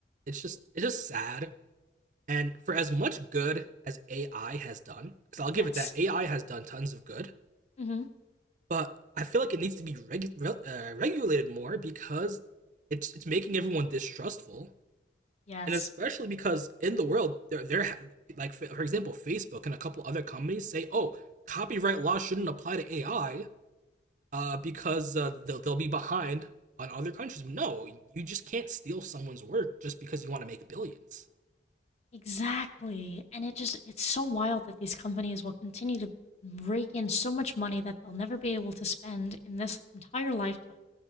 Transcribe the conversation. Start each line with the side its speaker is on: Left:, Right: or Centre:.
Right: it's just it's just sad. And for as much good as AI has done, because I'll give
Left: Yes.
Right: it that AI has done tons of good,
Left: Mhm.
Right: but I feel like it needs to be regu- uh, regulated more because it's it's making everyone distrustful
Left: Yes.
Right: and especially because in the world there there ha- like for for example Facebook and a couple other companies say oh copyright law shouldn't apply to AI uh, because uh, they'll they'll be behind on other countries. No, you just can't steal someone's work just because you want to make billions.
Left: Exactly. And it just it's so wild that these companies will continue to rake in so much money that they'll never be able to spend in this entire lifetime.